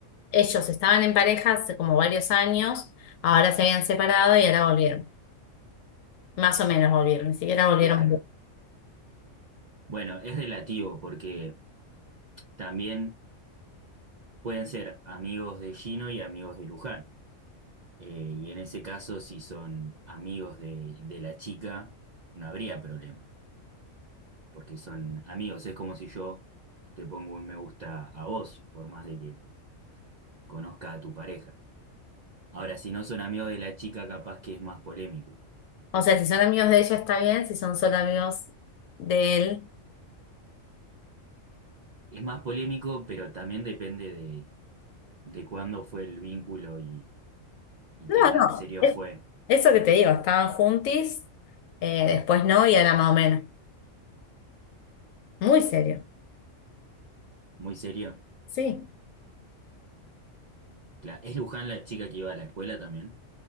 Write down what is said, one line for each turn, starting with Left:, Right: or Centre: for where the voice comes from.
Left: Ellos estaban en pareja hace como varios años, ahora se habían separado y ahora volvieron. Más o menos volvieron, ni siquiera volvieron.
Right: Claro.
Left: bien.
Right: Bueno, es relativo porque también pueden ser amigos de Gino y amigos de Luján. Eh, y en ese caso, si son amigos de, de la chica, no habría problema, porque son amigos. Es como si yo te pongo un me gusta a vos, por más de que conozca a tu pareja. Ahora, si no son amigos de la chica, capaz que es más polémico.
Left: O sea, si son amigos de ella está bien, si son solo amigos de él.
Right: Es más polémico, pero también depende de, de cuándo fue el vínculo y, y
Left: No,
Right: qué tan
Left: no,
Right: serio
Left: es-
Right: fue.
Left: eso que te digo, estaban juntis, eh, después no y ahora más o menos. Muy serio,
Right: Muy serio.
Left: sí.
Right: Cla- ¿Es Luján la chica que iba a la escuela también?